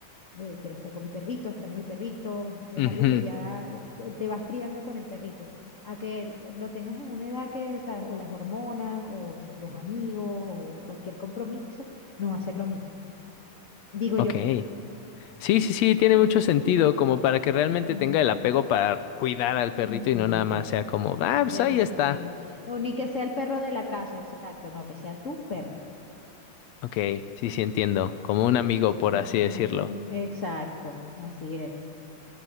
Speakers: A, on the left; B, on the left.
A: eh, quiero estar con mi perrito, extraño a mi perrito, es
B: <laughs> ujú.
A: algo que ya le- se- te vas criando con el perrito, a que l- lo tengas en una edad que, ¿sabes? O las hormonas, o los amigos, o cualquier compromiso, no va a ser lo mismo, digo
B: Ok.
A: yo.
B: Sí, sí, sí, tiene mucho sentido como para que realmente
A: Ujú,
B: tenga el apego para cuidar al perrito
A: ujú.
B: y no nada más sea como, ah,
A: De,
B: pues ahí está.
A: sí. O ni que sea el perro de la casa, exacto, no, que sea tu perro.
B: Ok, sí, sí entiendo, como un amigo, por
A: Ujú,
B: así decirlo.
A: Exacto, así es.